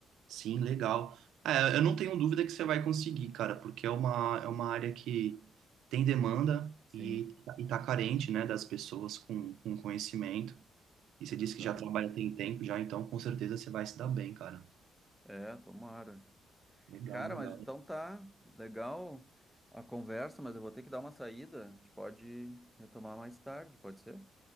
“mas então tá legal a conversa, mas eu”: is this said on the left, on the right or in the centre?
Centre